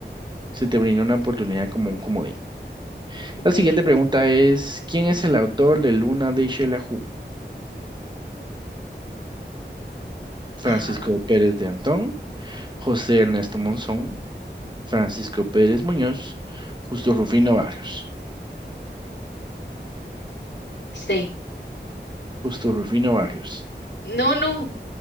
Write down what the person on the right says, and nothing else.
Se te brinda una oportunidad como un comodín.
La siguiente pregunta es, ¿quién es el autor de Luna de Xelajú? Francisco
Pérez de Antón, José Ernesto Monzón, Francisco Pérez Muñoz, Justo Rufino Barrios.
Justo Rufino Barrios.